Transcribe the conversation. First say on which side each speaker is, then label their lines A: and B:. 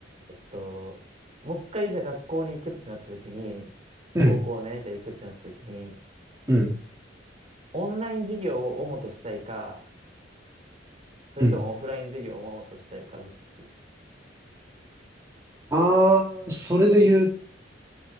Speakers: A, on the right (about 35°); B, on the right (about 20°).
A: えっと、もう一回じゃあ学校に行くってなった時に、
B: うん。
A: 高校ね、じゃあ行くってなった時に、
B: うん。
A: オンライン授業を主としたいか、それともオフライン授業をもっとしたいか、
B: うん。
A: どっち
B: あー、それで言う、